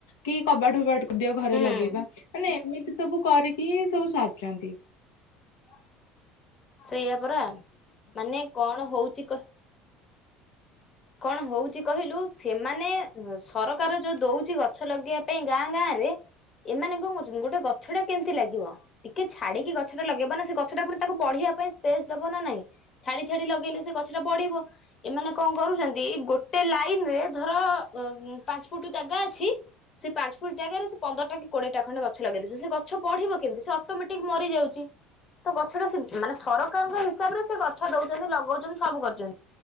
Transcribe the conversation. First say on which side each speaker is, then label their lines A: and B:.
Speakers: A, on the left; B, on the left.
A: କି କବାଟ ଫବାଟ ଦିଅ ଘରେ
B: ହୁଁ
A: ଲଗେଇବା ମାନେ ଏମିତି ସବୁ କରିକି ସବୁ ସରୁଛନ୍ତି।
B: କଣ? ସେଇଆ ପରା ମାନେ କଣ ହଉଛି କ କଣ ହଉଛି କହିଲୁ ସେମାନେ ସରକାର ଯୋଉ ଦଉଛି ଗଛ ଲଗେଇବା ପାଇଁ ଗାଁ ଗାଁ ରେ ଏମାନେ କଣ କରୁଛନ୍ତି ଗୋଟେ ଗଛଟା କେମିତି ଲାଗିବ ଟିକେ ଛାଡିକି ଗଛଟା ଲଗେଇବ ନା ସେ ଗଛଟା ପୁଣି ତାକୁ ବଢିଆ ବଢିଆ ପାଇଁ ସ୍ପେସ୍ ଦବ ନା ନାହିଁ ଛାଡି ଛାଡି ଲଗେଇଲେ ସେ ଗଛ ଟା ବଢିବ ଏମାନେ କଣ କରୁଛ ଛନ୍ତି ଗୋଟେ ଲାଇନ୍ ରେ ଧର ପାଞ୍ଚ ଫୁଟ୍ ଜାଗା ଅଛି ସେ ପାଞ୍ଚ ଫୁଟ୍ ଜାଗାରୁ ସେ ପନ୍ଦରଟା କି କୋଡ଼ିଏଟା ଖଣ୍ଡେ ଗଛ ଲଗେଇ ଦଉଛନ୍ତି ସେ ଗଛ ବଢିବ କେମିତି ସେ ଅଟୋମେଟିକ୍ ମରି ଯାଉଛି। ତ ଗଛଟା ସେ ମାନେ ସରକାରଙ୍କ ହିସାବ ରେ ସେ ଗଛ ଦଉଛନ୍ତି ଲଗଉଛନ୍ତି ସବୁ କରିଛନ୍ତି।